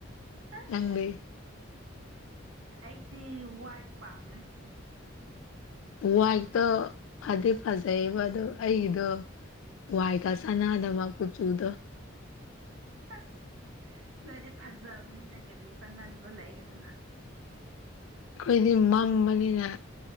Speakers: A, on the right; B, on the left.
A: ꯑꯁ
B: ꯅꯥꯗꯤ
A: ꯑꯩꯗꯤ ꯋꯥꯏ ꯄꯥꯝꯃꯦ
B: ꯋꯥꯏꯛꯇꯣ ꯐꯗꯤ ꯐꯖꯩꯑꯕ ꯑꯗꯣ ꯑꯩꯒꯤꯗꯣ ꯋꯥꯏ ꯀꯁꯅ ꯑꯗ ꯃꯥ ꯀꯨꯆꯨ ꯎꯗ
A: ꯑꯁ ꯅꯣꯏꯗꯤ ꯐꯖꯕꯅꯤꯅ ꯀꯔꯤ ꯆꯥꯟꯅꯗꯕ ꯂꯩꯒꯗ꯭ꯔꯥ
B: ꯑꯩꯈꯣꯏꯗꯤ ꯃꯝꯕꯅꯤꯅ